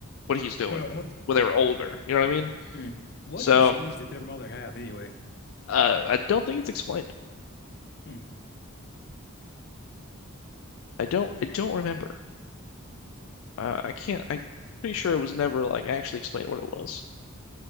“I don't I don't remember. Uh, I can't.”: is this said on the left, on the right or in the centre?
Left